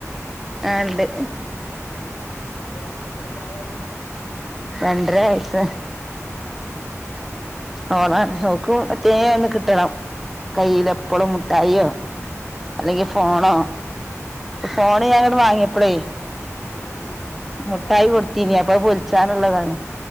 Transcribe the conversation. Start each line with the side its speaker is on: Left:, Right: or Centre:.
Left: ഏ മോളാ
Centre: ആ ഇണ്ട്
Left: ഉം എത്ര എത്ര പ്രായ യായി?
Centre: രണ്ടര വയസ് ആയി
Left: ആഹ്
Centre: ഓളാ ആണ് ഓക്ക് പ്രത്യേകം ഒന്ന് കിട്ടണം. കയ്യിൽഎപ്പഴും
Left: ആഹ് ആഹ്
Centre: മുട്ടായിയോ
Left: ആഹ്
Centre: അല്ലെങ്കി
Left: ആഹ്
Centre: ഫോണോ
Left: ഉം
Centre: ഫോൺ ഞാനൊന്ന് വാങ്ങിയപ്പോളേ
Left: ആഹ് ആഹ് അതാവും
Centre: മുട്ടായി കൊടുത്തീനി അപ്പൊ പൊലിച്ചാനുള്ളതാണ്.